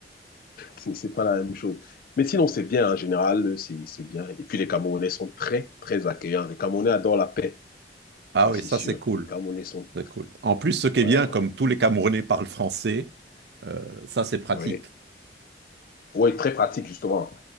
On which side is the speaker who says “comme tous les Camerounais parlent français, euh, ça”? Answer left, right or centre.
Right